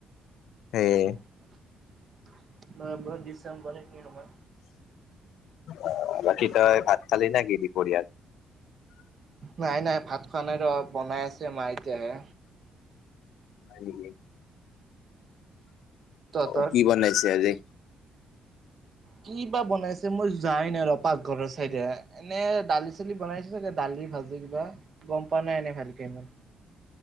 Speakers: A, on the left; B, on the right.
A: সেই
B: নৱেম্বৰ ডিচেম্বৰ এক মিননম্বৰ
A: অ বাকী ত হয় ভাত খালি ন কিি দিদি কৰি আৰু
B: নাই নাই ভাত খোৱা নাই ৰ বনাই আছে মা এতিয়াহে
A: নে
B: তহঁতৰ?
A: অ কি বনাইছে আজি
B: কি বা বনাইছে মই যাই নাই ৰ পাকঘৰৰ চাইদে এনে দালি চালি বনাইছো চাগে দালি ভাজি কিবা গম পোৱা নাই এনে ভালকে ইমান